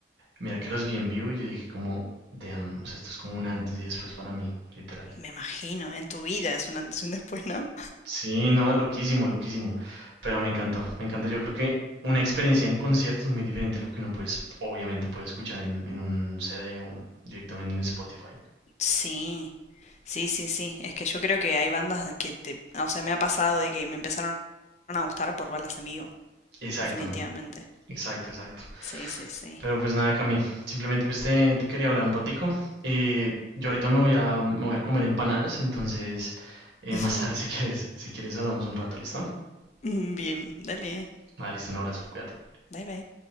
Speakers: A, on the right; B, on the left.
A: mira que los vi en vivo y yo dije como, damn, o sea, esto es como un antes y después para mí, literal.
B: Me imagino, en tu vida es un antes y un después, ¿no?
A: Sí, no, loquísimo, loquísimo. Pero me encantó, me encanta. Yo creo que una experiencia en concierto es muy diferente a lo que uno pues, obviamente puede escuchar en, en un CD o directamente en Spotify.
B: Sí, sí, sí, sí. Es que yo creo que hay bandas que te... O sea, me ha pasado de que me empezaron a gustar por verlas en vivo,
A: Exacto,
B: definitivamente.
A: exacto, exacto.
B: Sí, sí, sí.
A: Pero pues nada, Cami, simplemente pues te, te quería hablar un ratico. Eh, yo ahorita me voy a, me voy a comer empanadas, entonces eh,
B: <laughs>
A: más tarde <laughs> si quieres, si quieres hablamos un rato, ¿listo?
B: Bien, dale.
A: Vale, listo, un abrazo, cuídate.
B: Bye, bye.